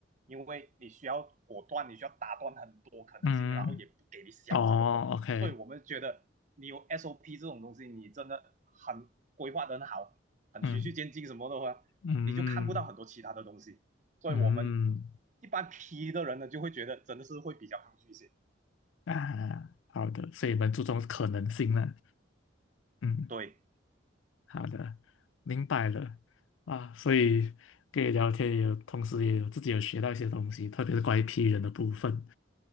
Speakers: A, on the right; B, on the left.
A: 因为你需要果断，你需要打断很多可能性，
B: 嗯，
A: 然后也不给你想这么多，
B: 哦，OK，
A: 所以我们觉得你有 SOP 这种东西，你真的很规划得很好，很循序渐进什么的话，
B: 嗯嗯
A: 你就看不到很多其他的东西。所以我们
B: 嗯
A: 一般 P 的人呢，就会觉得真的是会比较抗拒一些。
B: 啊，好的，所以你们注重可能性了，嗯，
A: 对，
B: 好的，明白了啊，所以跟你聊天也有，同时也有自己有学到一些东西，特别是关于 P 人的部分。